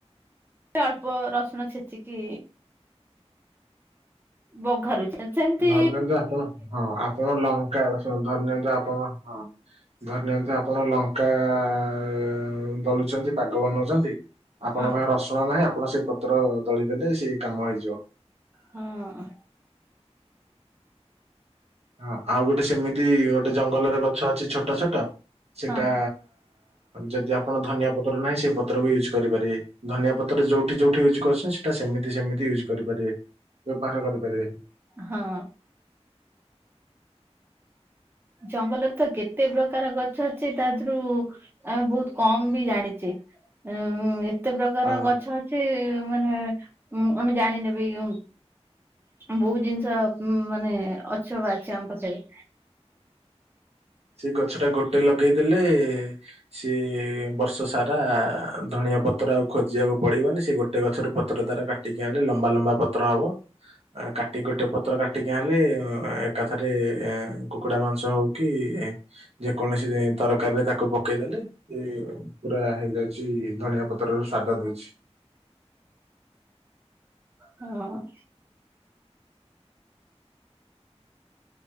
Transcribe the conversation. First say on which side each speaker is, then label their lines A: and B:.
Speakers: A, on the right; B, on the right.
A: ଅଳ୍ପ ରସୁଣ ଛେଚିକି ବଘାରୁଛେ ସେମିତି
B: ଧରିନିଅନ୍ତୁ ଆପଣ ହଁ ଆପଣଙ୍କ ଲଙ୍କା ରସୁଣ ଧରିନିଅନ୍ତୁ ଆପଣଙ୍କ ହଁ ଧରି ନିଅନ୍ତୁ ଆପଣ ଲଙ୍କା <unintelligible> ପାଗ ବନଉଚନ୍ତି ଆପଣଙ୍କ
A: ହଁ
B: ପାଇଁ ରସୁଣ ନାହିଁ ଆପଣ ସେ ପତ୍ର ଦଳି ଦେଲେ ସିଏ କାମ ହେଇଯିବ।
A: ହଁ।
B: ହଁ। ଆଉ ଗୋଟେ ସେମିତି ଗୋଟେ ଜଙ୍ଗଲରେ ଗ ଗଛ ଅଛି ଛୋଟ ଛୋଟ ସେଟା
A: ହଁ
B: ଯଦି ଆପଣ ଧନିଆ ପତ୍ର ନାହିଁ ସେଇ ପତ୍ର ବି ୟୁଜ୍ କରିପାରିବେ। ଧନିଆ ପତ୍ର ଯୋଉଠି ଯୋଉଠି ୟୁଜ୍ କରୁଛନ୍ତି ସେଟା ସେମିତି ସେମିତି ୟୁଜ୍ କରିପାରିବେ। ବ୍ୟବହାର କରିପାରିବେ।
A: ହଁ। ଜଙ୍ଗଲରେ ତ କେତେ ପ୍ରକାର ଗଛ ଅଛି ତା ଧୁରୁ ଆମେ ବହୁତ କମ୍ ବି ଜାଣିଚେ। ଉଁ କେତେ ପ୍ରକାର
B: ହଁ
A: ଗଛ ଅଛି ମାନେ ଉ ଆମେ ଜାଣିନେବି - ବହୁତ ଜିନିଷ ମାନେ ଅଛୁପା ଅଛି ଆମ ପାଖରେ।
B: ସେ ଗଛ ଟା ଗୋଟେ ଲଗେଇଦେଲେ ସିଏ ବର୍ଷ ସାରା ଧଣିଆ ପତ୍ର ଆଉ ଖୋଜିବାକୁ ପଡିବନି ସେ ଗୋଟେ ଗଛର ପତ୍ର ଦ୍ଵାରା କାଟିକି ଆଣିଲେ ଲମ୍ବା ଲମ୍ବା ପତ୍ର ହବ। କାଟି ଗୋଟେ ପତ୍ର କାଟିକି ଆଣିଲେ ଏକାଥରେ କୁକୁଡା ମାଂସ ହଉ କିି ଯେକୌଣସି ତରକାରୀରେ ତାକୁ ପକେଇଦେଲେ ସେ ପୁରା ହେଇଯାଇଛି ଧନିଆ ପତ୍ରରୁ ସ୍ଵାଦ ଦଉଚି।
A: ହଁ।